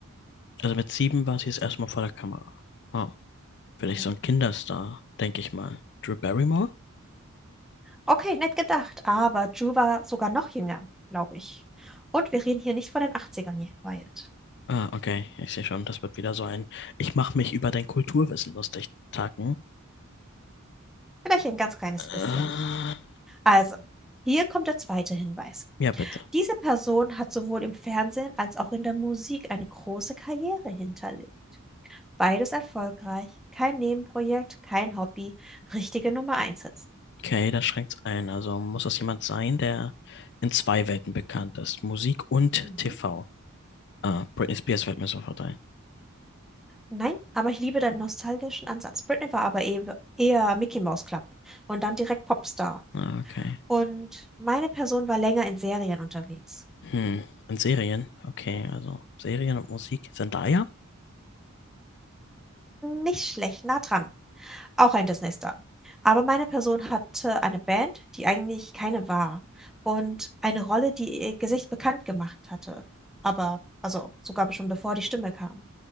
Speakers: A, on the left; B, in the centre.
A: also mit sieben war sie jetzt erstmal vor der Kamera. Oh, vielleicht
B: Mhm.
A: so ein Kinderstar, denke ich mal. Drew Barrymore?
B: Okay, nett gedacht, aber Ju war sogar noch jünger, glaube ich. Und wir reden hier nicht von den Achtzigern, ern hier, Wyatt.
A: Ah, okay. Ich sehe schon, das wird wieder so ein Ich mache mich über dein Kulturwissen lustig, Taken.
B: Vielleicht ein ganz kleines
A: Äh,
B: bisschen. Also, hier kommt der zweite Hinweis.
A: ja, bitte.
B: Diese Person hat sowohl im Fernsehen als auch in der Musik eine große Karriere hinterlegt. Beides erfolgreich, kein Nebenprojekt, kein Hobby, richtige Nummer 1
A: Okay, das schränkt's ein. Also muss das jemand sein, der in zwei Welten bekannt ist. Musik und
B: Mhm.
A: TV. Ah, Britney Spears fällt mir sofort ein.
B: Nein, aber ich liebe deinen nostalgischen Ansatz. Britney war aber eher, eher Mickey Mouse Club und dann direkt Popstar.
A: Ah, okay.
B: Und meine Person war länger in Serien unterwegs.
A: Hm. Und Serien? Okay, also Serien und Musik. Zendaya?
B: Nicht schlecht, nah dran. Auch ein Disney-Star. Aber meine Person hatte eine Band, die eigentlich keine war. Und eine Rolle, die ihr Gesicht bekannt gemacht hatte. Aber, also sogar schon bevor die Stimme kam.